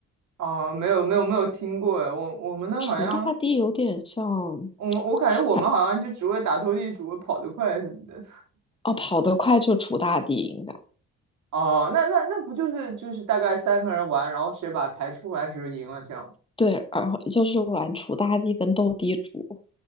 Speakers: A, on the right (about 75°); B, on the left (about 20°).
A: 哦，没有没有没有听过哎，我我们那好像
B: 锄大地有点像，
A: 我我感觉我们好像就只会打斗地主、
B: 反
A: 跑得快什么的。
B: 哦跑得快就锄大地应该。
A: 哦，那那那不就是就是大概三个人玩，然后谁把牌出完谁就赢了这样吗？
B: 对，然后就是玩锄大地跟斗地主，